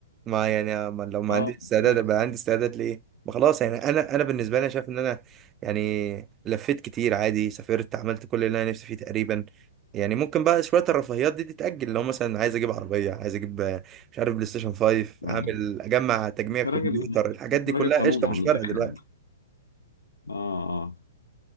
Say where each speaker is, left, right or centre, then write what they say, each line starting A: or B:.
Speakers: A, on the right; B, on the left.
A: ما يعني ما لو ما
B: أه
A: عنديش استعداد
B: كويس.
A: ابقى عندي استعداد ليه ما خلاص يعني انا انا بالنسبه لي شايف ان انا يعني لفيت كتير عادي سافرت عملت كل اللي انا نفسي فيه تقريبا يعني ممكن بقى شويه الرفاهيات دي تتاجل لو مثلا عايز اجيب عربيه عايز اجيب آه، مش عارف بلاي ستيشن 5
B: آه.
A: اعمل اجمع تجميع
B: أنت
A: كمبيوتر
B: راجل
A: الحاجات
B: أنت
A: دي
B: راجل
A: كلها
B: قانون
A: قشطه
B: على
A: مش فارقه
B: الآخر
A: دلوقتي
B: يعني أه اه